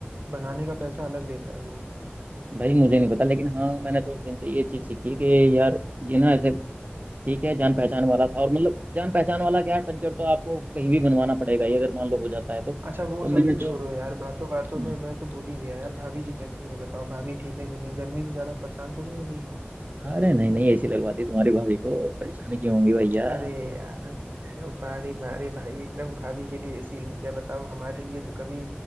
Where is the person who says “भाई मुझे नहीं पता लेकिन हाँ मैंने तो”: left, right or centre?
Right